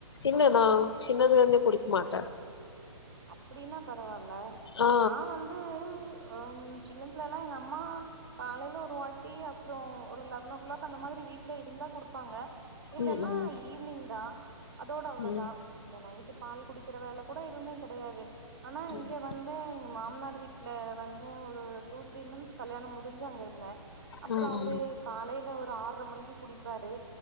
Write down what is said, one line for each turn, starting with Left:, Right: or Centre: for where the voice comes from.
Left: இல்ல நா சின்னதுல இருந்தே குடிக்க மாட்டே
Right: அப்டின்னா பரவால்ல
Left: ஆ
Right: நா வந்து தூ ஆம் சின்னதுல எல்லா எங்க அம்மா காலையில ஒரு வாட்டி அப்புறொ ஒரு லெவன் ஓ கிளாக் அந்த மாதிரி வீட்ல இருந்தா குடுப்பாங்க இல்லன்னா
Left: ம் ம்
Right: ஈவினிங் தா அதோட அவ்ளோதா
Left: ம்
Right: இந்த நைட்டு பால் குடிக்கிற வேல கூட எதுவ்மே கெடையாது ஆனா
Left: ம்
Right: இங்க வந்து எங்க மாமனார் வீட்ல வந்து ஒரு டூ த்ரீ மந்த்த்ஸ் கல்யாணம் முடிஞ்சு அங்க இருந்தே அப்புறோ
Left: ம்
Right: அவரு
Left: ம்
Right: காலையில ஒரு ஆர்ர மணிக்கு குடிப்பாரு